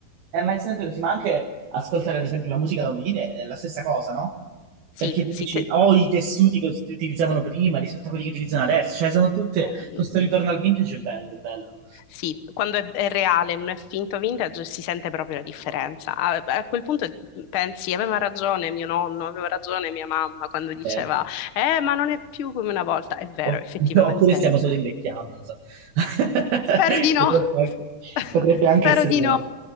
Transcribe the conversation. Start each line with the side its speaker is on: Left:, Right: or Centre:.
Right: Eh, ma è sempre così, ma anche ascoltare ad esempio la musica da un vinile è la stessa cosa, no?
Left: sì,
Right: Perché tu
Left: sì.
Right: dici,
Left: te-
Right: ho i tessuti che si utilizzavano prima rispetto a quelli che utilizzano adesso, cioè sono tutte,
Left: eh,
Right: questo ritorno al vintage è bello, è bello.
Left: Sì, quando è, è reale, non è finto vintage, si sente proprio la differenza. A, a quel punto pensi, aveva ragione mio nonno, aveva ragione mia mamma quando diceva,
Right: veri.
Left: eh, ma non è più come una volta. È vero,
Right: O-
Left: effettivamente
Right: <laughs> Oppure stiamo
Left: è
Right: solo
Left: vero.
Right: invecchiando, non so. <laughs>
Left: Spero di no,
Right: Potrebbe anche,
Left: <laughs>
Right: potrebbe anche
Left: spero
Right: essere
Left: di
Right: vero.
Left: no.